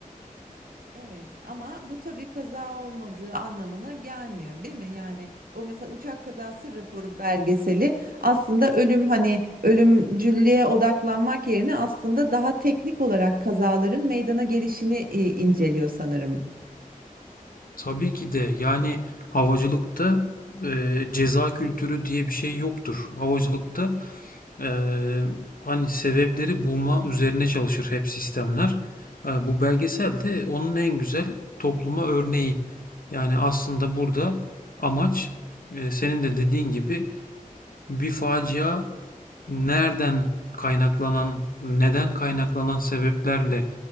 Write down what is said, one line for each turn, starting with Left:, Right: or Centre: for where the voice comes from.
Right: Evet ama bu tabii kaza olmadığı anlamına gelmiyor değil mi? Yani o mesela uçak kazası raporu belgeseli aslında ölüm hani ölümcüllüğe odaklanmak yerine aslında daha teknik olarak kazaların meydana gelişini e, inceliyor sanırım.
Left: Tabii ki de yani havacılıkta eee, ceza kültürü diye bir şey yoktur. Havacılıkta eee, hani sebepleri bulma üzerine çalışır hep sistemler. Eee, bu belgesel de onun en güzel topluma örneği. Yani aslında burada amaç eee, senin de dediğin gibi bir facia nereden kaynaklanan, neden kaynaklanan sebeplerle